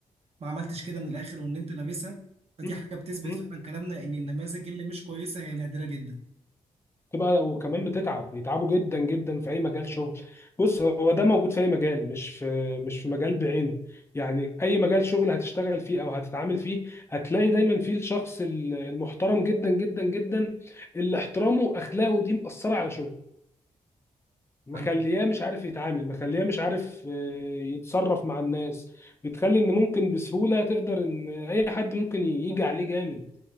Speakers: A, on the right; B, on the left.
A: ما عملتش كده من الآخر وإن أنت لابسها فدي
B: مم.
A: حاجة بتثبت
B: مم.
A: فعلا كلامنا إن النماذج اللي مش كويسة هي نادرة جدا
B: تبقى وكمان بتتعب بيتعبوا جدا جدا في اي مجال شغل بص هو ده موجود في اي مجال مش في مش في مجال بعينه يعني اي مجال شغل هتشتغل فيه او هتتعامل فيه هتلاقي دايما فيه الشخص ال- المحترم جدا جدا جدا اللي احترامه واخلاقه دي مأثرة على شغله مخلياه
A: عندك
B: مش عارف يتعامل مخلياه مش عارف آه، يتصرف مع الناس بتخلي ان ممكن بسهولة تقدر ان اي حد ممكن يجي عليه جامد